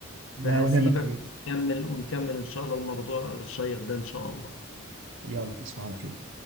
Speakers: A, on the right; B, on the left.
A: لا
B: فهسيبك
A: ولا يهمك يا حبيبي
B: ونكمل ونكمل ان شاء الله الموضوع الشيق ده ان شاء الله
A: يلا تصبح على خير